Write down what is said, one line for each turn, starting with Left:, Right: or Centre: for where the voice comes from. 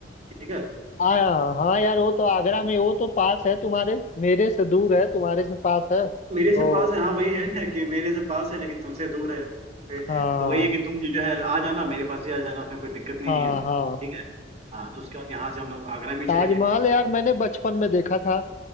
Right: ठीक है
Left: आ, हाँ यार वो तो आगरा में वो तो पास है तुम्हारे मेरे से दूर है तुम्हारे से पास है तो
Right: मेरे से पास है हाँ वही है <laughs> कि मेरे से पास है लेकिन तुमसे दूर है
Left: हाँ
Right: तो वही है कि तुम जो है आ जाना मेरे पास ही आ जाना उसमें कोई दिक्कत नहीं
Left: हाँ
Right: है ठीक
Left: हाँ
Right: है हाँ तो उसके बाद यहाँ से हम लोग आगरा भी
Left: ताजमहल
Right: चलेंगे
Left: यार मैंने बचपन में देखा था